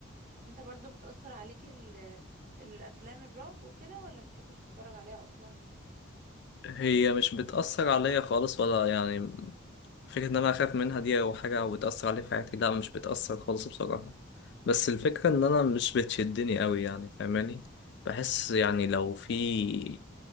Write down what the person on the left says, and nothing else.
هي مش بتأثر عليا خالص ولا يعني فكرة إن أنا أخاف منها دي أو حاجة أو بتأثر عليا في حياتي لا مش بتأثر خالص بصراحة بس الفكرة إن أنا مش بتشدني أوي يعني فاهماني بحس يعني لو في